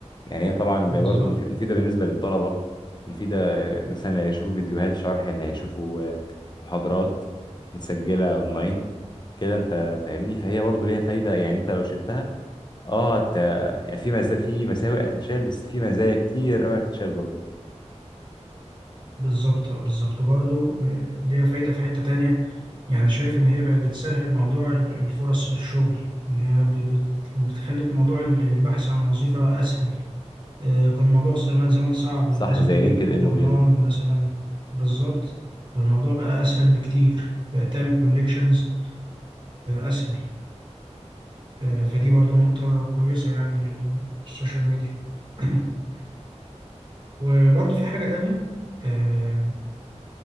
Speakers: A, on the left (about 40°); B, on the right (about 40°).
A: يعني هي طبعا
B: بالظبط
A: برضه مفيده بالنسبه للطلبه مفيده مثلا اللي هيشوفوا فيديوهات شرح اللي هيشوفوا محاضرات متسجله اونلاين كده انت فاهمني فهي برضه ليها فايده يعني انت لو شلتها اه انت يعني في مزا... في مساوئ هتتشال بس في مزايا كتير قوي هتتشال برضه
B: بالظبط آه، بالظبط وبرضو آه، ليها فايدة في حتة تانية يعني شايف ان هي بقت بتسهل موضوع ال- الفرص الشغل ان هي ب- بت- بتخلي موضوع ال- البحث عن وظيفة اسهل آه، كان الموضوع زمان زمان صعب
A: صح
B: لازم
A: زي
B: تجيب
A: لينكد ان
B: جورنان
A: وغيره
B: مثلا بالظبط فالموضوع بقى أسهل بكتير بقى تعمل كونكشنز أسهل آه، فدي برضو نقطة كويسة يعني للسوشيال ميديا <clears throat> وبرضو في حاجة تانية آه،